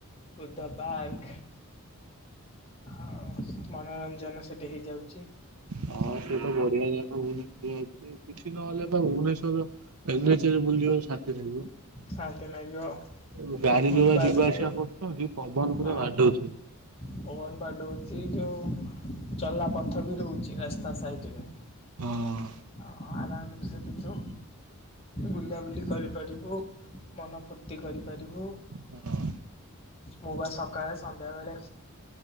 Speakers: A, on the left; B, on the right.
A: ବୁଦ୍ଧ ପାର୍କ। ଆଉ ମନୋରଞ୍ଜନ ସେଠି ହେଇଯାଉଛି।
B: ହଁ ସେ ତ ବଢିଆ ଜାଗା <unintelligible> ଉଁ କିଛି ନହେଲେ ତ ଭୁବନେଶ୍ୱରର ଏନ ଏଚ ରେ ବୁଲିବ ଶାନ୍ତି ଲାଗିବ।
A: ଶାନ୍ତି ଲାଗିବ
B: ଏବେ ଗାଡି
A: ଫୁଟପାଥ
B: ଯୋଉ ଭଳିଆ ଯିବା
A: ଯୋଉ
B: ଆସିବା କରୁଛନ୍ତି। ପବନ ପୁରା
A: ହଁ।
B: ବାଡଉଥିବ।
A: ପବନ ବାଡଉଛି। ଯୋଉ ଚଲା ପଥ ବି ରହୁଛି ରାସ୍ତା ସାଇଡରେ।
B: ହଁ ହଁ ହଁ।
A: ହଁ ଆରାମରେ ସେଠି ତୁ ବୁଲାବୁଲି କରିପାରିବୁ ମନ ଫୁର୍ତ୍ତି କରିପାରିବୁ।
B: ହଁ।
A: ମୁଁ ପା ସକାଳେ ସନ୍ଧ୍ୟା ବେଳେ